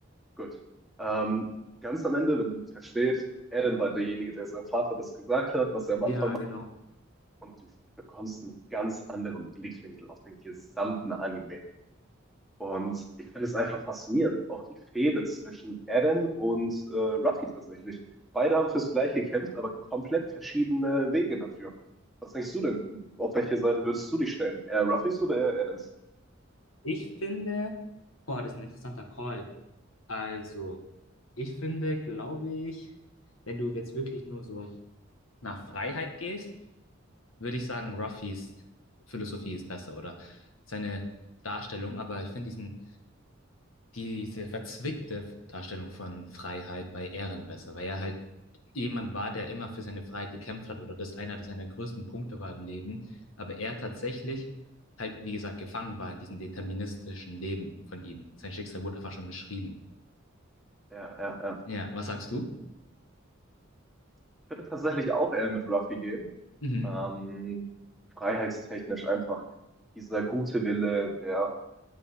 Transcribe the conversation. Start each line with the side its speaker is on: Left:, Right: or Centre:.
Centre: Gut. Ähm, ganz am Ende, wenn man es versteht, Eren war derjenige, der seinem Vater das gesagt hat, was er am
Left: Ja,
Centre: Anfang macht.
Left: genau.
Centre: Und du bekommst einen ganz anderen Blickwinkel auf den gesamten Anime. Und ich finde es einfach faszinierend. Auch die Fehde zwischen Eren und äh, Ruffy tatsächlich. Beide haben fürs Gleiche gekämpft, aber komplett verschiedene Wege dafür. Was denkst du denn? Auf welche Seite würdest du dich stellen? Eher Ruffys oder eher Erens?
Left: Ich finde, boah, das ist ein interessanter Call. Also, ich finde, glaube ich, wenn du jetzt wirklich nur so nach Freiheit gehst, würde ich sagen, Ruffys Philosophie ist besser oder seine Darstellung. Aber ich finde diesen diese verzwickte Darstellung von Freiheit bei Ehren besser, weil er halt jemand war, der immer für seine Freiheit gekämpft hat oder das einer das seiner größten Punkte war im Leben, aber er tatsächlich halt, wie gesagt, gefangen war in diesem deterministischen Leben von ihm. Sein Schicksal wurde einfach schon geschrieben.
Centre: Ja, ja, ja.
Left: Ja, was sagst du?
Centre: Ich würde tatsächlich auch eher mit Ruffy gehen.
Left: Mhm.
Centre: Ähm, freiheitstechnisch einfach dieser gute Wille, der